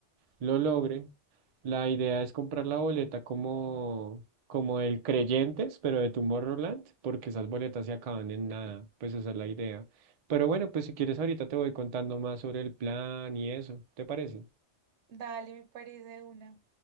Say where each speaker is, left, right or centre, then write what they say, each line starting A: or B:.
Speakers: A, on the right; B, on the right.
A: lo logre. La idea es comprar la boleta como, como el Creyentes, pero de Tomorrowland, porque esas boletas se acaban en nada, pues esa es la idea. Pero bueno, pues si quieres ahorita te voy contando más sobre el plan y eso, ¿te parece?
B: Dale, me parece de una.